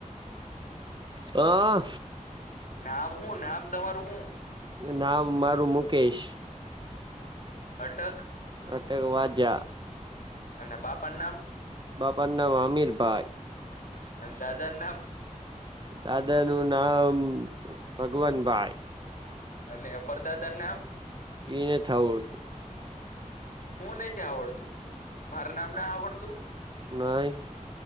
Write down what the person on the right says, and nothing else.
હા
નામ મારું મુકેશ
અટક વાજા
બાપા નામ અમીર ભાઈ
દાદા નું નામ ભગવાનભાઈ
એ નથી આવડતું
નઈ